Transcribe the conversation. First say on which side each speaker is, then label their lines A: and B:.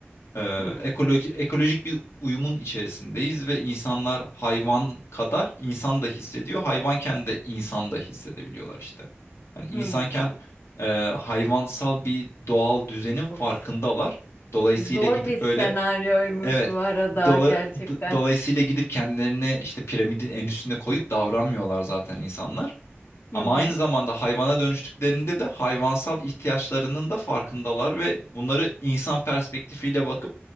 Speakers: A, on the left (about 70°); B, on the left (about 50°).
A: Ee,
B: Hı.
A: ekoloji, ekolojik bir uyumun içerisindeyiz ve insanlar hayvan kadar insan da hissediyor. Hayvanken de insan da hissedebiliyorlar işte. Hani
B: Hı.
A: insanken e, hayvansal bir doğal düzenin
B: Of.
A: farkındalar. Dolayısıyla
B: Zor
A: gidip
B: bir senaryoymuş
A: böyle evet
B: bu arada
A: dola-
B: gerçekten.
A: d- dolayısıyla gidip kendilerini işte piramidin en üstüne koyup davranmıyorlar zaten insanlar. Ama
B: Hı hı.
A: aynı zamanda hayvana dönüştüklerinde de hayvansal ihtiyaçlarının da farkındalar ve bunları insan perspektifiyle bakıp